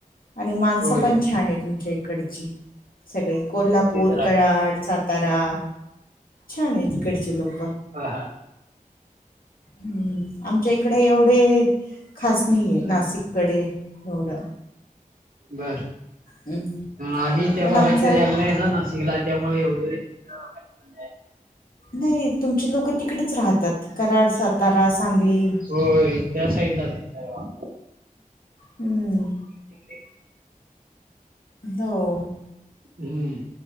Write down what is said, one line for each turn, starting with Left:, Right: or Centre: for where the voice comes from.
Left: आणि माणसं
Right: होय
Left: पण
Right: हम्म,
Left: छान आहे तुमच्या इकडची सगळे कोल्हापूर
Right: ते तर आहे
Left: कराड सातारा छान आहे तिकडचे लोक
Right: ह हा
Left: हम्म आमच्या इकडे एवढे खास स् नाही आहे नाशिककडे एवढं
Right: बर.
Left: हम्म
Right: आम्ही त्या
Left: पण
Right: भागात
Left: आमचं
Right: तरी आल नाही ना ना शिकला त्यामुळे एवढ. ही प <unintelligible>
Left: नाही तुमचे लोक तिकडेच राहतात कराड सातारा सांगली
Right: हो त्या साईड लाच आहे सर्व
Left: हम्म
Right: तिक
Left: हो
Right: हम्म.